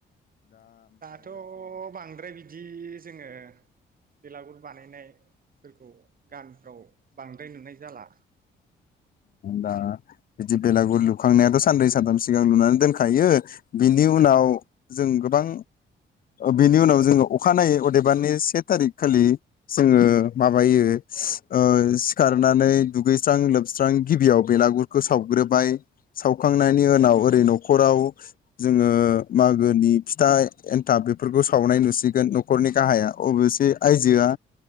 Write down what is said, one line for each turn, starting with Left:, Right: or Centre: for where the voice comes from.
Right: दाथ' बांद्राय बिदि जोङो <unintelligible> बेला गुर बानायनाय फोरखौ गानफ्राव बांद्राय नुनाय जाला
Left: दा बिदि बेलागुर लुखांनायाथ' सानन्रै सानथाम सिगां लुनानै दोनखायो बिनि उनाव जों गोबां बिनि उनाव जोङो अखानायै अदेबारनि से थारिख खालि जोङो माबायो ओ सिखारनानै दुगैस्रां लोब सोबस्रां गिबियाव बेलागुरखौ सावग्रोबाय सावखांनायनि उनाव ओरै न'खराव जोङो मागोनि फिथा एन्थाब बेफोरखौ सावनाय नुसिगोन न'खरनि गाहाया अबसे आयजोआ